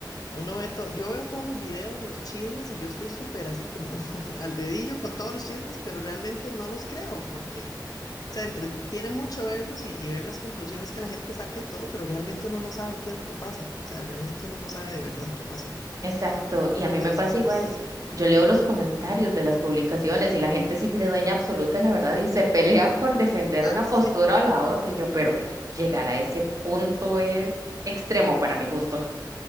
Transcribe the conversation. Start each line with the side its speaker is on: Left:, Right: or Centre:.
Left: Uno ve todo, yo veo todos los videos, los chismes, y yo estoy súper así como <laughs> al dedillo con todos los chismes, pero realmente no los creo porque, o sea, entretiene mucho verlos y, y ver las conclusiones que la gente saca y todo, pero realmente uno no sabe qué es lo que pasa. O sea, realmente uno no sabe de verdad qué pasó.
Right: Exacto, y
Left: Entonces,
Right: a mí me pasa
Left: pues,
Right: igual. Yo leo los comentarios de las publicaciones y la gente se cree
Left: ujú,
Right: dueña absoluta de la verdad y se pelea por
Left: sí.
Right: defender
Left: <laughs>
Right: una
Left: Ah,
Right: postura
Left: sí.
Right: o la otra. Y yo, pero llegar a ese punto es extremo para mi gusto.